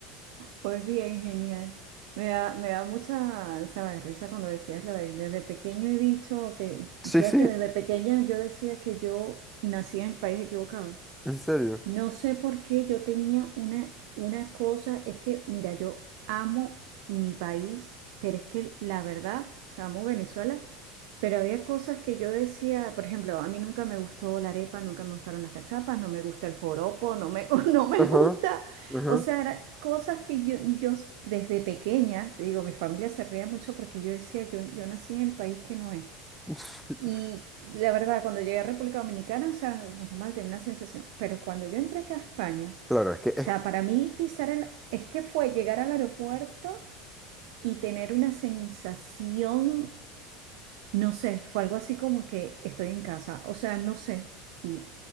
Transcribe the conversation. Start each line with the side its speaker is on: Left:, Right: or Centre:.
Right: Pues bien, genial. Me da, me da mucha, ¿sabes? Risa cuando decías lo de desde pequeño he dicho que,
Centre: Sí,
Right: ¿sabes?
Centre: sí,
Right: Que desde pequeña yo decía que yo nací en el país equivocado.
Centre: en serio.
Right: No sé por qué yo tenía una, una cosa, es que, mira, yo amo mi país, pero es que la verdad, o sea, amo Venezuela, Pero había cosas que yo decía, por ejemplo, a mí nunca me gustó la arepa, nunca me gustaron las cachapas, no me gusta el joropo, no me, <laughs> no me
Centre: Ajá,
Right: gusta.
Centre: ajá.
Right: O sea, eran cosas que yo, yo desde pequeña, te digo, mi familia se reía mucho porque yo decía, yo, yo nací en el país que no es.
Centre: <laughs>
Right: Y la verdad, cuando llegué a República Dominicana, o sea, normal tener una sensación, pero cuando yo entré acá a España,
Centre: Claro, es que es
Right: o sea, para mí pisar el, es que fue llegar al aeropuerto y tener una sensación no sé, fue algo así como que estoy en casa, o sea, no sé. Y